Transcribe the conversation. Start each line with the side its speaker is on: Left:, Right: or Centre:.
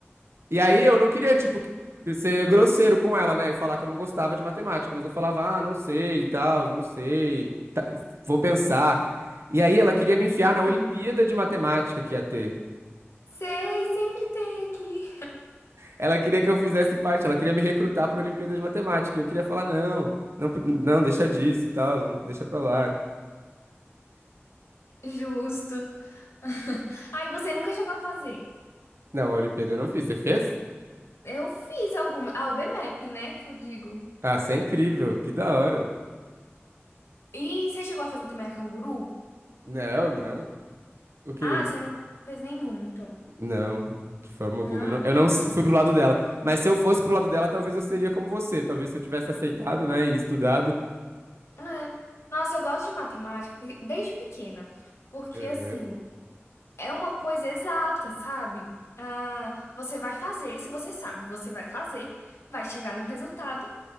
Right: E aí eu não queria, tipo, ser grosseiro com ela, né? E falar que eu não gostava de matemática, mas eu falava, ah, não sei e tal, não sei, vou pensar. E aí ela queria me enfiar na Olimpíada
Left: Sim.
Right: de Matemática que ia ter.
Left: Sei, sempre tem aqui.
Right: Ela queria que eu fizesse parte, ela queria me recrutar para a Olimpíada de Matemática. Eu queria falar, não, não, pre- não, deixa disso e tal, vamos deixa pra lá.
Left: Justo. <laughs> Ai, você nunca chegou a fazer.
Right: Não, a Olimpíada eu não fiz. Você fez?
Left: Eu fiz alguma. A OBMEP, né, que eu digo.
Right: Ah, você é incrível. Que da hora.
Left: E você chegou a fazer também a canguru?
Right: Não, não. O que
Left: Ah,
Right: é isso?
Left: você não fez nenhum então.
Right: Não, de forma alguma.
Left: Ah,
Right: Eu não, eu
Left: tá.
Right: não s- fui pro lado dela. Mas se eu fosse pro lado dela, talvez eu seria como você. Talvez se eu tivesse aceitado, né, e estudado.
Left: É. Nossa, eu gosto de matemática porque- desde pequena. Porque,
Right: Uhum.
Left: assim, É uma coisa exata, sabe? Ah, você vai fazer, se você sabe, você vai fazer, vai chegar num resultado